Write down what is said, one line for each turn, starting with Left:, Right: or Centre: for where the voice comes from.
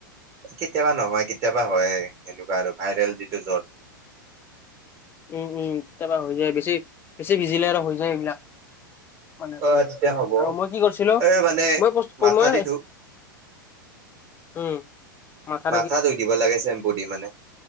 Right: কেতিয়াবা নহয় কেতিয়াবা হয় এনেকুৱা আৰু ভাইৰেল যিটো জ্বৰ।
Left: উম উম, কেতিয়াবা হৈ যায়। বেছি বেছি ভিজিলে আৰু হৈ যায় এইবিলাক। মানে
Right: অ',
Left: ক আৰু
Right: তেতিয়া হ'ব
Left: মই কি কৰছিলো
Right: এই মানে
Left: মই পচ
Right: মাথা
Left: মই
Right: দি ধু
Left: উম, মাথা
Right: মাথা ধুই দিব লাগে চেম্পুদি মানে,